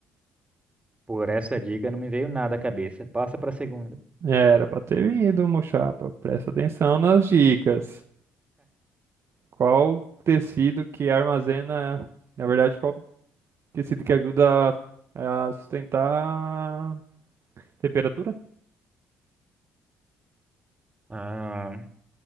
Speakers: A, on the right; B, on the right.
A: Por essa dica não me veio nada à cabeça. Passa para a segunda.
B: Era pra ter vindo, mochapa. Presta atenção nas dicas. Qual tecido que armazena, na verdade, qual tecido que ajuda a, a sustentar a temperatura?
A: Ah,